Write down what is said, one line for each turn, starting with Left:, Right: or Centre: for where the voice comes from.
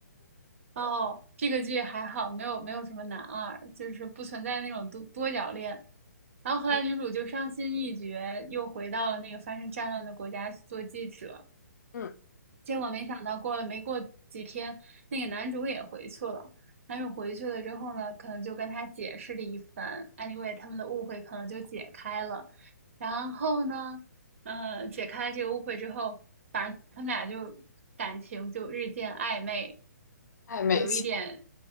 Right: 哦，这个剧还好，没有没有什么男二，就是不存在那种多多角恋。然后后来女主就伤心欲绝，
Left: <laughs>
Right: 又回到了那个发生战乱的国家去做记者。
Left: 嗯
Right: 结果没想到过了没过几天，那个男主也回去了。男主回去了之后呢，可能就跟他解释了一番，anyway，他们的误会可能就解开了。然后呢，嗯，解开了这个误会之后，反正他们俩就感情就日渐暧昧，
Left: 暧昧期，
Right: 有一点